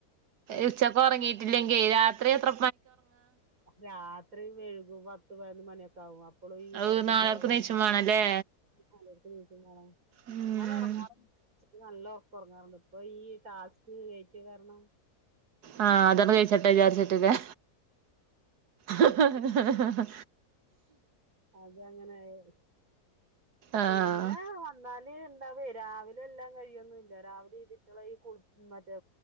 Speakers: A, on the right (about 85°); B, on the right (about 60°).
A: ഉച്ചക്ക് ഒറങ്ങിയിട്ടില്ലെങ്കി രാത്രി അത്ര
B: രാത്രി വെഴ്കും പത്ത് പയ്നൊന്ന് മണിയൊക്കെ ആവും അ ഇപ്പളും ഈ
A: അത്
B: തെരക്കും
A: നാലരക്ക്
B: ബഹളോ
A: നീച്ചും വേണല്ലേ
B: <unintelligible>
A: ഉം
B: ഞാൻ ഒറങ്ങാറുണ്ട് ഉച്ചക്ക് നല്ല ഒറക്ക് ഒറങ്ങാറുണ്ട് ഇപ്പ ഈ ടാസ്ക്ക് കെയ്റ്റെ കാരണം
A: ആ
B: ഉറക്കം
A: അതാണ്ട് കയ്ച്ചെട്ടെ വിചാര്ച്ച്ട്ട് ലെ ഹ ഹ ഹ
B: അതങ്ങനെ അയാല്
A: ആഹ്
B: പിന്നെ വന്നാല് ഇണ്ടാവേ രാവിലെ ഇത്എല്ലാം കഴിയൊന്നില്ല രാവിലെ ഇതീറ്റളെ ഈ കുൾ മറ്റെ